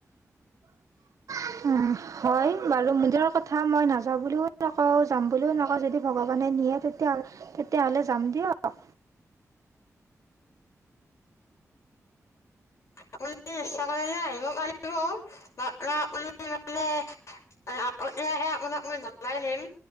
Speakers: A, on the right; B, on the left.
A: হয় হয় বাৰু নিজৰ কথা মই নাযাওঁ বুলিও নকওঁ যাম বুলিও নকওঁ যদি ভগৱানে নিয়ে তেতিয়া তেতিয়াহ'লে যাম দিয়ক
B: আপুনি ইচ্ছা কৰিলে আহিব পাৰিব বা আ আপুনি মানে আগতোহে আপোনাক মই জনাই দিম